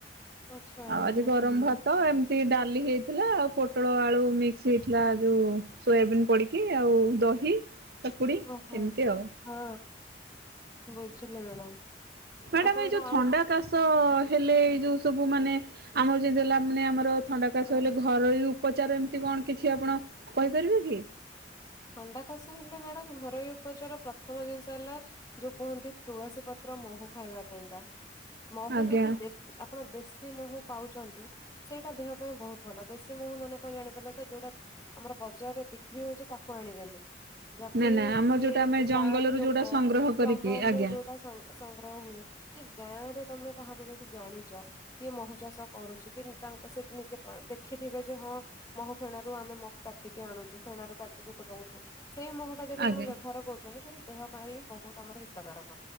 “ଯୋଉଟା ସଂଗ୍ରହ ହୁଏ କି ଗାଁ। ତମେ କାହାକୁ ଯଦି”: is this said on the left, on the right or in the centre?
Left